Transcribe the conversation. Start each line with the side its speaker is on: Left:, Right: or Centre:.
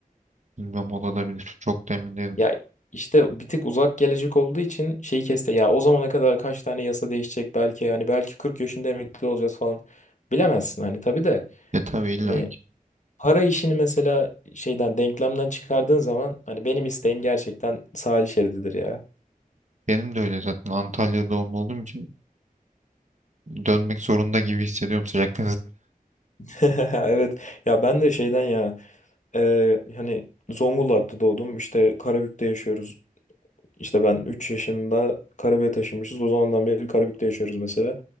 Right: Bilmem olabilir. Çok da emin değilim.
Left: Ya işte bir tık uzak gelecek olduğu için şeyi keste. Ya o zamana kadar kaç tane yasa değişecek belki yani belki 40 yaşında emekli olacağız falan. Bilemezsin hani tabii de.
Right: E tabii illa
Left: Hani
Right: ki.
Left: Para işini mesela şeyden denklemden çıkardığın zaman hani benim isteğim gerçekten sahil şerididir ya.
Right: Benim de öyle zaten. Antalya doğumlu olduğum için dönmek zorunda gibi hissediyorum sıcak
Left: <laughs> Evet ya ben de şeyden ya e, hani Zonguldak'ta doğdum işte Karabük'te yaşıyoruz. İşte ben 3 yaşında Karabük'e taşınmışız o zamandan beri Karabük'te yaşıyoruz mesela.